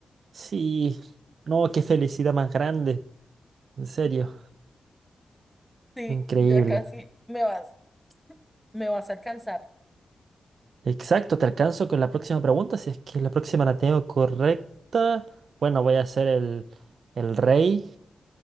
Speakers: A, on the right (about 65°); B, in the centre.
A: Sí. No, qué felicidad más grande. En serio,
B: Sí,
A: increíble.
B: ya casi me vas, me vas a alcanzar.
A: Exacto, te alcanzo con la próxima pregunta. Si es que la próxima la tengo correcta, bueno, voy a ser el, el rey,